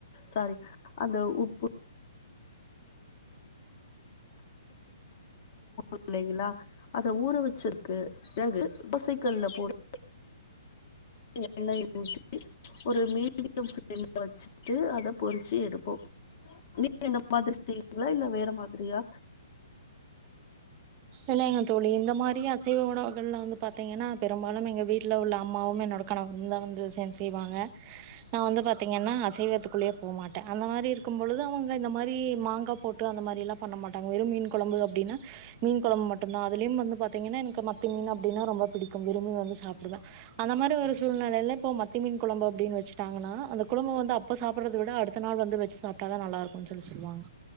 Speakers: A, on the left; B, on the right.
A: சாரி அந்த உப்பு இல்லைங்களா அத ஊற வச்சிருக்கு பிறகு தோசக்கல்ல போட்டு எண்ணெய் ஊத்தி ஒரு மீடியம் பிளேம்ல வச்சுட்டு அத பொறிச்சு எடுப்போம் நீ எந்த மாதிரி செய்வீங்களா இல்ல வேற மாதிரியா
B: இல்லைங்க தோழி இந்த மாரி அசைவ உ உணவுகள் எல்லாம்ல வந்து பாரத்தீங்கன்னா பெரும்பாலும் எங்க வீட்டுல உள்ள அம்மாவும் என்னோட கணவம தான் வந்து விம் செய்வாங்க நான் வந்து பாத்தீங்கன்னா அசைவத்துக்குள்ளேயே போகமாட்டேன் அந்த மாதிரி இருக்கும்பழுது அவங்க இந்த மாதிரி மாங்காய் போட்டு அந்த மாதிரி எல்லாம் பண்ண மாட்டாங்க வெறும் மீன் குழம்பு அப்படின்னா மீன் குழம்பு மட்டும்தா அதுலயும் வந்து பார்த்திங்கன்னா எனக்கு மத்தி மீன் அப்படினா ரொம்பிடிக்கும் விரும்பி வந்து சாப்பிடுவே அந்த மாரி ஒரு சூழ்நிலையில் இப்போ மத்தி மீன் குழம்பு அப்படினு வச்சுட்டாங்கன்னா அந்த குழம்பு வந்து அப்போ சாப்பிட்றத விட அடுத்த நாள் வந்து வச்சு சாப்பிட்டா தா நல்லா இருக்கும்னு சொல்லி சொல்லுவாங்க